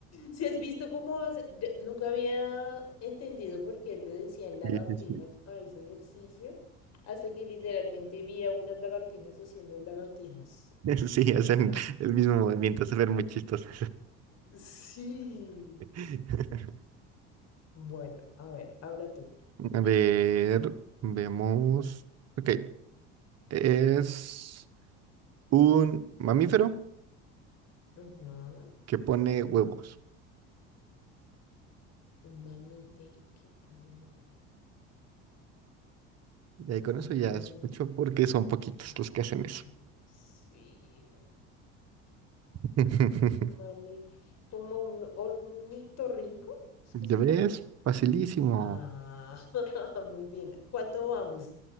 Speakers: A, on the left; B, on the right.
A: Si has visto cómo hace, de- nunca había entendido por qué le decían lagartijas
B: Sí, sí, sí.
A: a ese ejercicio, hasta que literalmente vi a unas lagartijas haciendo lagartijas.
B: <laughs> Sí, hacen el mismo movimiento, se ven muy chistosas.
A: Sí.
B: <laughs>
A: Bueno, a ver, ahora tú.
B: A ver, veamos. Ok, es un mamífero
A: Ujú.
B: que pone huevos.
A: Un mamífero que pone-
B: Y ahí con eso
A: Mamífero.
B: ya es mucho porque son poquitos
A: Ay,
B: los que hacen eso.
A: sí.
B: <laughs>
A: Mami, como un ornitorrinco, ¿es
B: ¿Ya
A: que se
B: ves?
A: llama?
B: Facilísimo.
A: Ah, <laughs> muy bien. ¿Cuánto vamos?